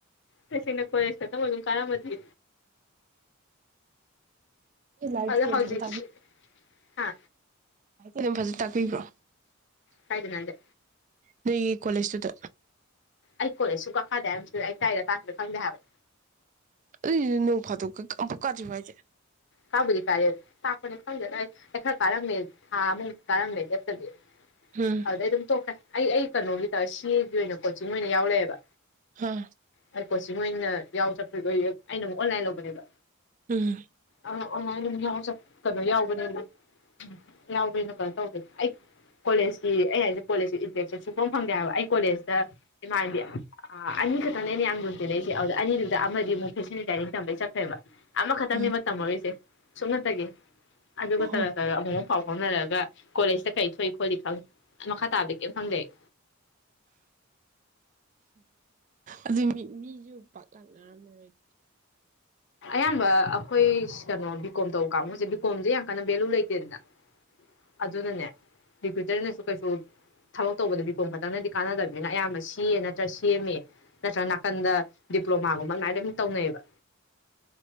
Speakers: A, on the left; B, on the right.
A: ꯇꯁꯦꯡ ꯅ ꯀꯣꯖꯦꯇ ꯃ <unintelligible> ꯀꯔꯝꯃꯗꯤ꯫
B: ꯅꯣꯏ ꯂꯥꯏꯔꯤꯛꯇꯤ
A: ꯑꯗꯣ
B: ꯑꯗꯨꯝ
A: ꯍꯧꯖꯤꯛꯁꯤ
B: ꯐꯖꯅ
A: ꯍꯥ
B: <unintelligible> ꯃꯣꯏꯗꯨꯝ ꯐꯖꯟ ꯇꯥꯛꯄꯤꯕ꯭ꯔꯣ
A: ꯀꯥꯏꯗꯅꫭ ꯍꯥꯏꯁꯖꯦ
B: ꯅꯣꯏꯒꯤ ꯀꯣꯂꯦꯁꯇꯨꯗ
A: ꯑꯩ ꯀꯣꯂꯦꯖ ꯁꯨꯀꯥ ꯀꯥꯗꯦ ꯍꯥꯏꯃꯇꯗ ꯑꯩ ꯇꯥꯛꯏꯔꯥ ꯇꯥꯛꯇꯔ꯭ꯤꯔ ꯈꯪꯗꯦ ꯍꯥꯏꯕ
B: ꯑꯗꯨꯏ ꯅꯣꯡ ꯐꯥꯗꯣꯛꯀ ꯑꯃꯨꯝꯐꯛ ꯀꯥꯗ꯭ꯔꯤꯕꯣ ꯍꯥꯏꯖꯦ
A: ꯀꯥꯕꯨꯗꯤ ꯀꯥꯌꯦ ꯇꯥꯛꯄꯗꯤ ꯈꯪꯗꯦꯗꯥ ꯑꯩ ꯈꯔ ꯀꯥꯔꯝꯃꯦ ꯊꯥ ꯑꯃꯨꯛ ꯀꯥꯔꯝꯃꯦ ꯂꯦꯞꯇꯕꯤ
B: ꯎꯝ
A: ꯑꯗꯨꯗꯩ ꯑꯗꯨꯝ ꯇꯣꯛꯈ꯭ꯔꯦ ꯑꯩ ꯑꯩ ꯀꯩꯅꯣꯒꯤ ꯇꯥ ꯁꯤ ꯑꯦꯒꯤ ꯑꯣꯏꯅ ꯀꯣꯆꯤꯡ ꯑꯣꯏꯅ ꯌꯥꯎ ꯂꯩꯔꯦꯕ
B: ꯍꯥ
A: ꯑꯩ ꯀꯣꯆꯤꯡ ꯑꯣꯏꯅ ꯌꯥꯎ ꯆꯠꯄꯩ ꯑꯣꯏꯔ ꯑꯩꯅ ꯑꯃꯨꯛ ꯑꯣꯟꯂꯥꯏꯟ ꯂꯧꯕꯅꯦꯕ
B: ꯎꯝ
A: ꯑ ꯑꯣꯟꯂꯥꯏꯟ ꯑꯗꯨꯝ ꯌꯥꯎꯔ ꯆꯠꯀꯗ꯭ꯔꯥ ꯌꯥꯎꯕꯅꯦꯕ ꯎꯝ ꯌꯥꯎꯕ ꯑꯩꯅ ꯀꯩꯅꯣ ꯇꯧꯗꯦ ꯑꯩ ꯀꯣꯂꯦꯖꯀꯤ ꯑꯩ ꯍꯥꯏꯖꯦ ꯀꯣꯂꯦꯖꯀꯤ ꯏꯟꯇ꯭ꯔꯦꯛꯁꯟ ꯁꯨꯡꯐꯪ ꯐꯪꯗꯦ ꯍꯥꯏꯕ ꯑꯩ ꯀꯣꯂꯦꯖꯇ ꯏꯃꯥꯟꯅꯕꯤ ꯑ ꯑꯅꯤ ꯈꯇꯪꯅꯦ ꯑꯩꯅ ꯌꯥꯝ ꯂꯨꯅ ꯇꯤꯟꯅꯩꯖꯦ ꯑꯗꯨꯗ ꯑꯅꯤꯗꯨꯗ ꯑꯃꯗꯤꯃꯨꯛ <unintelligible> ꯗꯥꯏꯔꯦꯛ ꯇꯝꯕꯩ ꯆꯠꯈ꯭ꯔꯦꯕ ꯑꯃꯈꯛꯇꯪꯅꯦꯕ
B: ꯍꯥ
A: ꯇꯝꯃꯛꯏꯁꯦ ꯁꯨꯞꯅꯇꯒꯤ ꯑꯗꯨꯒ
B: ꯑꯣ
A: ꯇꯔꯛ ꯇꯔꯛ ꯑꯃꯨ ꯃꯨꯛ ꯄꯥꯎ ꯐꯥꯎꯅꯔꯒ ꯀꯣꯂꯦꯖꯇ ꯀꯔꯤ ꯊꯣꯛꯏ ꯈꯣꯠꯂꯤ ꯈꯡ ꯃꯈꯥ ꯇꯥꯕꯗꯤ ꯀꯩꯝ ꯈꯪꯗꯦ ꯑꯩ
B: ꯑꯗꯨ ꯃꯤ ꯃꯤꯖꯨ ꯄꯥꯛ ꯂꯥꯛꯅꯔꯝꯃꯔꯣꯏ
A: ꯑꯌꯥꯝꯕ ꯑꯩꯈꯣꯏ ꯀꯩꯅꯣ ꯕꯤ ꯀꯣꯝ ꯇꯧꯕ ꯀꯥꯡꯕꯨꯁꯦ ꯕꯤꯀꯣꯝꯁꯦ ꯌꯥꯝ ꯀꯟꯅ ꯚꯦꯂꯨ ꯂꯩꯇꯦꯗꯅ ꯑꯗꯨꯅꯅꯦ ꯗꯤꯀ꯭ꯋꯤꯇꯔꯅꯁꯨ ꯀꯩꯁꯨ ꯊꯕꯛ ꯇꯧꯕꯗ ꯕꯤꯄꯣꯝ ꯈꯇꯪꯅꯗꯤ ꯀꯥꯟꯅꯗꯕꯅꯤꯅ ꯑꯌꯥꯝꯕ ꯁꯤꯌꯦ ꯅꯠꯇ꯭ꯔ ꯁꯦꯝꯑꯦꯝꯑꯦ ꯅꯠꯇ꯭ꯔꯒ ꯅꯥꯀꯟꯗ ꯗꯤꯄ꯭ꯂꯣꯃꯥꯒꯨꯝꯕ ꯑꯗꯨꯃꯥꯏꯅ ꯑꯗꯨꯝ ꯇꯧꯅꯩꯌꯦꯕ